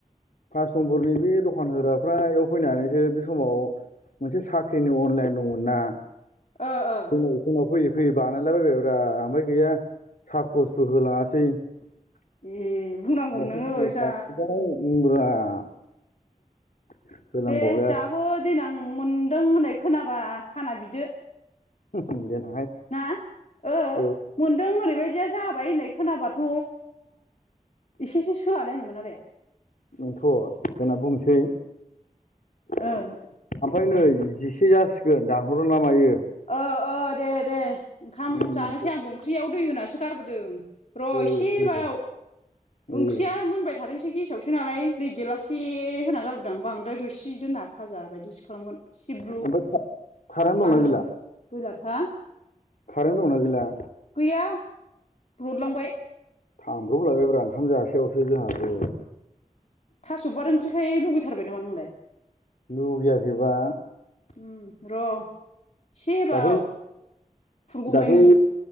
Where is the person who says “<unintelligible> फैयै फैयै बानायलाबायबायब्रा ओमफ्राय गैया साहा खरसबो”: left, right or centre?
Left